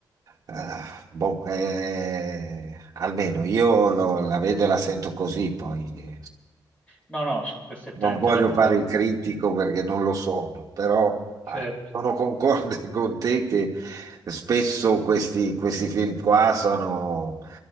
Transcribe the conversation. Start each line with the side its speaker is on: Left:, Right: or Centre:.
Right: eh, boh, eh, almeno io lo- la vedo e la sento così, poi
Left: No, no, sono perfettamente
Right: non voglio
Left: d'accordo,
Right: fare il critico perché non lo sono, però
Left: certo,
Right: ah, sono concorde <laughs> con te che spesso questi, questi film qua sono